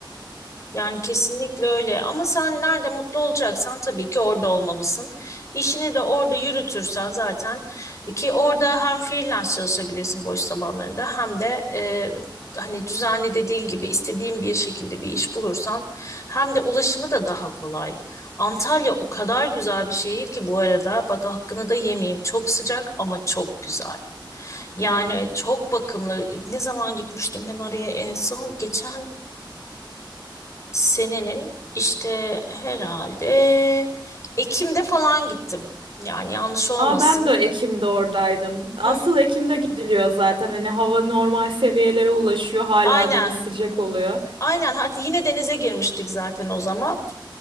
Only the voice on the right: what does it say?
Evet.
Aa ben de Ekim'de oradaydım. Asıl
Ekim'de gidiliyor zaten. Hani hava normal seviyelere ulaşıyor. Hala
deniz sıcak oluyor.